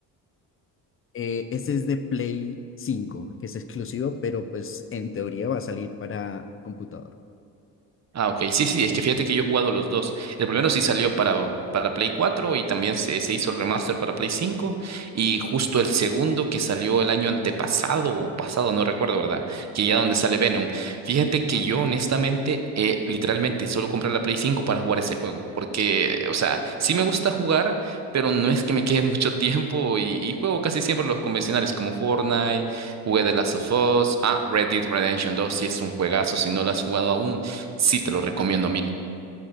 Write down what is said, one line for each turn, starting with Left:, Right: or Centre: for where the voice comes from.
Left: Eh, ese es de Play cinco que es exclusivo, pero pues en teoría va a salir para computador.
Right: Ah, ok. Sí, sí, es que fíjate que yo he jugado los dos. El primero sí salió para, para Play 4 y también se, se hizo el remaster para Play 5. Y justo el segundo que salió el año antepasado o pasado, no recuerdo, ¿verdad? Que ya donde sale Venom. Fíjate que yo honestamente, eh, literalmente, solo compré la Play 5 para jugar ese juego. Porque, o sea, sí me gusta jugar, pero no es que me quede <laughs> mucho tiempo y, y juego casi siempre los convencionales como Fortnite, jugué The Last of Us. Ah, Red Dead Redemption 2 sí es un juegazo, si no lo has jugado aún. Sí, te lo recomiendo a mil.